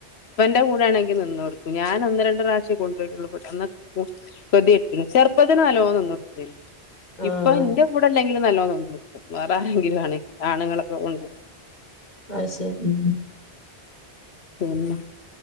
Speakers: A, on the left; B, on the left.
A: ഇപ്പന്റെ കൂടെ ആണെ നിന്നൊട്ക്കും. ഞാൻ ഒന്ന് രണ്ട് പ്രാവശ്യം കൊണ്ടോയിട്ടുളളൂ. <unintelligible> ചെറുപ്പത്തില് നല്ലോണം
B: ആഹ്
A: ഇപ്പ എന്റെ കൂടെല്ലെങ്കിലും നല്ലോണം നിക്കും വേറെ ആരെങ്കിലും ആണെങ്കിൽ ആണുങ്ങളൊക്കെ ഉണ്ട്
B: അ ശെരി ഉം
A: പിന്നെ